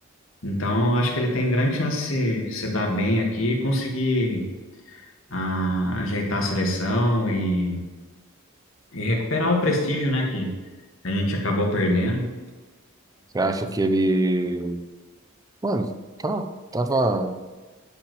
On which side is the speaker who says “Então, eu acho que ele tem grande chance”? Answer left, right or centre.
Left